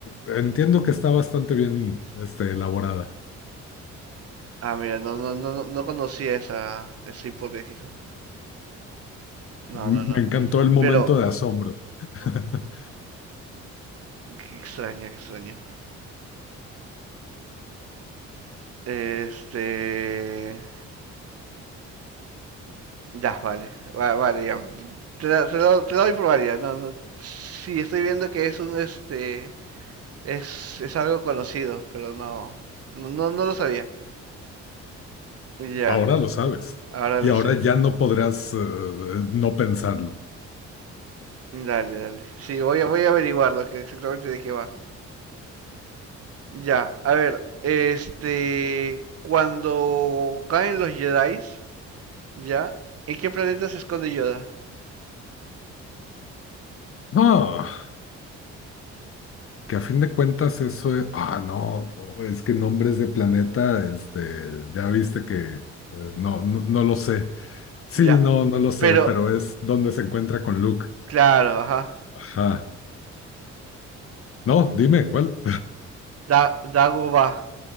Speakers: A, on the left; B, on the right.
A: entiendo que está bastante bien, este, elaborada.
B: Ah, mira, no, no, no, no- no conocía esa, esa hipótesis. ¿ah? No,
A: M-
B: no, no.
A: Me encantó el momento
B: Pero,
A: de asombro. <laughs>
B: qué extraño, qué extraño. Este. Ya, vale. Va- vale, ya. Te, la- te lo, te la doy por válida. No, no. Sí, estoy viendo que es un este. Es, es algo conocido, pero no, no, no, no lo sabía. Ya,
A: Ahora lo sabes.
B: Ah, ahora
A: Y
B: lo
A: ahora
B: sé.
A: ya no podrás eh, no pensarlo.
B: Dale, dale. Sí, voy a, voy a averiguar lo que exactamente de qué va. Ya, a ver, este, cuando caen los Jedi, ya, ¿en qué planeta se esconde Yoda?
A: Ah, que a fin de cuentas eso es... Ah, no, no, es que nombres de planeta, este, ya viste que... eh, no, no, no lo sé. Sí,
B: Ya,
A: no, no lo sé,
B: pero,
A: pero es donde se encuentra con Luke.
B: claro, ajá.
A: Ajá. No, dime, ¿cuál?
B: Da, Dagobah,